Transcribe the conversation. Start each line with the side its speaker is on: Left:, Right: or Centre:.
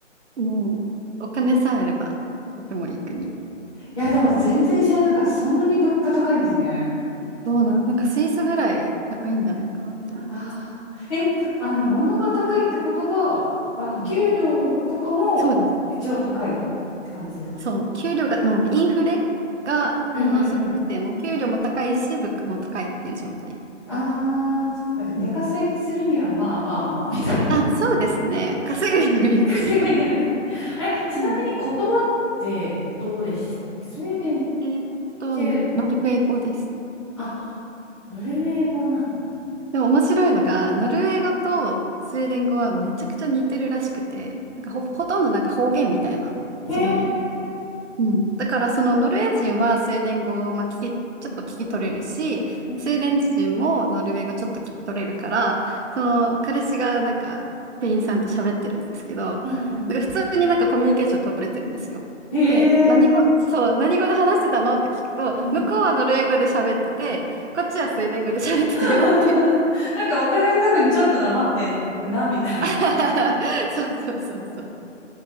Right: もう、お金さえあれば、とてもいい国。
Left: いや、でも全然知らなかった。そんなに物価高いんですね。
Right: どうなのなんかスイスぐらい高いんじゃないかなって思います。
Left: ああ。え、た、あの、物が高いってことは、あの、
Right: うん
Left: 給料とかも一応高いって感じですか
Right: そうです。そう、給料が、もうインフレがものすごくて、
Left: うんうんうん。
Right: もう給料も高いし、物価も高いっていう状態。
Left: ああ、そっか。じゃあ、出稼ぎするには、
Right: うん
Left: まあまあまあ、みたいな。
Right: あ、そうですね。稼ぐにはいい国かも。
Left: 稼ぐにはい。あれ、ちなみに言葉ってどうでしたっけスウェーデンっ
Right: うんえーっと、
Left: て、
Right: ノルウェー語です。
Left: あ、ノルウェー語なんだ。
Right: でも面白いのが、ノルウェー語とスウェーデン語はめちゃくちゃ似てるらしくて、なんかほ、ほとんどなんか方言みたいな違い
Left: へえ。
Right: うん、だからそのノルウェー人はスウェーデン語をまあ聞き、ちょっと聞き取れるし、
Left: うん。
Right: スウェーデン人もノルウェー語ちょっと聞き取れるから、その彼氏がなんか店員さんと喋ってるんですけど、
Left: うんうんうん。
Right: なんか普通になんかコミュニケーション取れてるんですよ。
Left: へえ。
Right: で、何語、そう、何語で話してたのって聞くと、
Left: うん。
Right: 向こうはノルウェー語で喋ってて、こっちはスウェーデン語で喋ってたよって。
Left: <laughs> なんかお互い多分ちょっとなまってるな、みたいな。
Right: <laughs> そうそうそうそう。